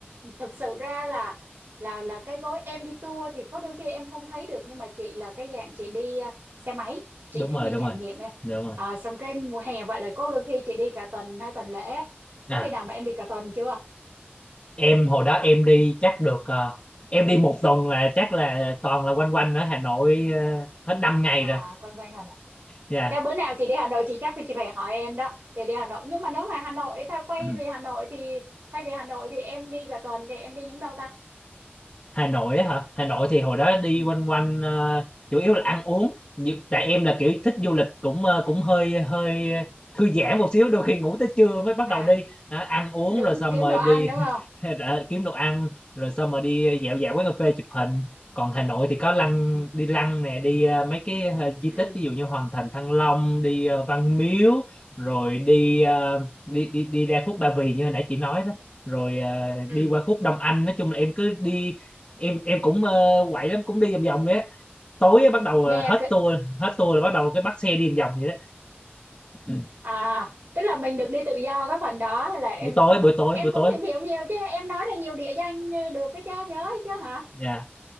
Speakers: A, on the right; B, on the left.
A: thực sự ra là là là cái gói em đi tour thì có đôi khi em không thấy được nhưng mà chị là cái dạng chị đi à, xe máy chị
B: đúng
A: thích
B: rồi
A: đi
B: đúng
A: trải
B: rồi
A: nghiệm em
B: đúng rồi
A: à, xong cái mùa hè vậy là có đôi khi chị đi cả tuần hai tuần lễ có
B: à
A: khi nào mà em đi cả tuần chưa
B: em hồi đó em đi chắc được ờ, em đi một tuần là chắc là toàn là quanh quanh ở Hà Nội ờ, hết 5 ngày
A: à
B: rồi
A: quanh quanh Hà Nội
B: dạ
A: Thế bữa nào chị đi Hà Nội chị chắc chị phải hỏi em đó chị đi Hà Nội nhưng mà nếu mà Hà Nội tao quay
B: <clears throat>
A: về Hà Nội thì thay vì Hà Nội thì em đi cả tuần thì em đi những đâu ta
B: Hà Nội á hả Hà Nội thì hồi đó đi
A: ừ.
B: quanh quanh ờ, chủ yếu là ăn uống Như- tại em là kiểu thích du lịch cũng ờ, cũng hơi hơi thư giãn một xíu đôi khi ngủ tới trưa mới bắt
A: à
B: đầu đi Đó, ăn uống
A: đúng
B: rồi xong
A: kiếm
B: rồi
A: đồ ăn
B: đi
A: đúng
B: <laughs>
A: không
B: Ra kiếm đồ ăn rồi xong rồi đi dạo dạo quán cà phê chụp hình còn Hà Nội thì có lăng
A: ừ
B: đi lăng nè đi ờ, mấy cái ờ, di
A: ừ
B: tích ví dụ như Hoàng Thành Thăng Long đi ờ, Văn Miếu rồi đi, ờ, đi đi đi ra khúc Ba Vì như hồi nãy chị nói đó rồi ờ,
A: ừ.
B: đi qua khúc Đông Anh nói chung là em cứ đi em em cũng ờ, quậy lắm cũng đi vòng vòng đấy á. tối á, bắt đầu ờ,
A: nghe
B: hết
A: cái
B: tour hết tour là bắt đầu cái bắt xe đi vòng vòng vậy đó Ừ.
A: à tức là mình được đi tự do cái phần đó là em
B: buổi tối buổi tối
A: em
B: buổi
A: cũng
B: tối
A: tìm hiểu nhiều chứ em nói ra nhiều địa danh ờ, được cái cho nhớ chứ hả
B: dạ